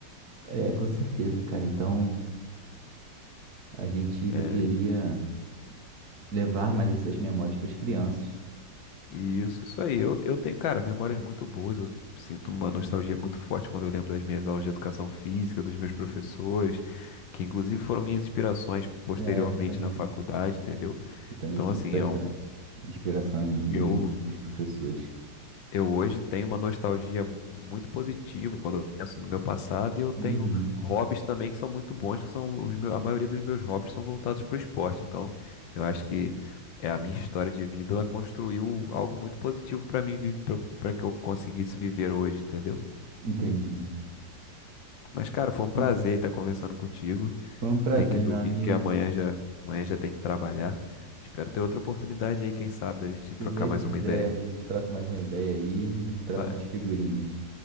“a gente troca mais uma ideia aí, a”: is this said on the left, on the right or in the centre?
Right